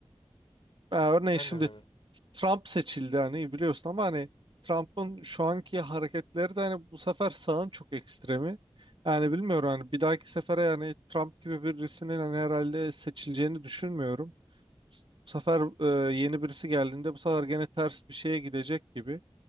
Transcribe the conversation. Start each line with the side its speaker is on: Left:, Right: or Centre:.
Right: e, örneğin
Left: Ben
Right: şimdi
Left: de bilemiyorum.
Right: Trump seçildi hani biliyorsun ama hani Trump'ın şu anki hareketleri de hani bu sefer sağın çok ekstremi. Yani bilmiyorum hani bir dahaki sefere yani Trump gibi birisinin hani herhalde seçileceğini düşünmüyorum. Bu sefer e, yeni birisi geldiğinde bu sefer gene ters bir şeye gidecek gibi.